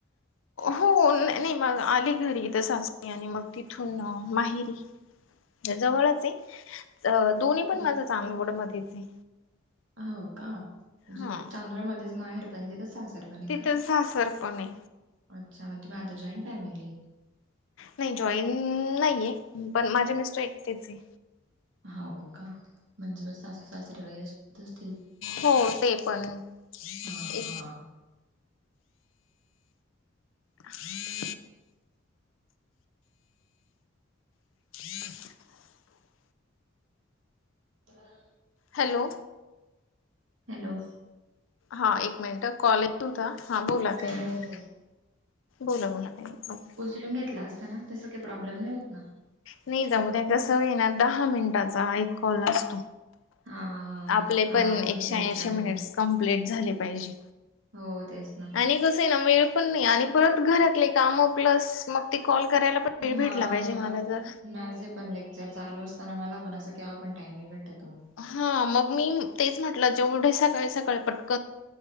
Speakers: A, on the left (about 70°); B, on the right (about 65°).
A: हो नाही मग आली घरीथचली आणि मग तिथून माहिरी
B: हो
A: जवळच आहे दोन्ही पण
B: जे
A: माझा चांदवड
B: कुठे
A: मध्येच आहे
B: हो का म्हजे
A: हा
B: तांदळ मध्येच माहेर द सहाजार रप
A: तिथं
B: का
A: सासर पण आहे
B: अच्छा म तुम्ही आता जॉईंट फॅमिली
A: नाही जॉईन नाहीये पण माझे मिस्टर एकतेच आहे
B: हो का. म्हणजे मग सासू सासरे वगैरे सोबत असतील
A: हो ते पण. हम
B: हा हा
A: हम हम. ह.
B: तर.
A: हॅलो.
B: हॅलो.
A: हा एक मिनिट कॉले होता हा बोला. काही
B: हो
A: नाही
B: ह.
A: बोला बोला. नाही
B: उचलून घेतला असताना तस काही प्रॉब्लेम नाही होत ना.
A: नाही जाऊद्या कसं येणार दहा मिनिटाचा एक कॉल असतो.
B: हा हा.
A: आपले पण
B: हा अजून
A: एकशे
B: तीन
A: ऐंशी
B: चार मिनिटं
A: मिनिट्स कंप्लीट झाले पाहिजे
B: हो तेच ना
A: आणि. कस ना वेळ पण नाही आणि परत घरातले काम प्लस मग. ते कॉल करायला
B: हा
A: भेटला पाहिजे
B: ना
A: मला ज.
B: माझे पण लेक्चर चालू असताना मला पण अस किवा पण टाईम नाही भेटत ओ.
A: हा मग मी तेच म्हटलं जेवढे सकाळे सकाळे पटक.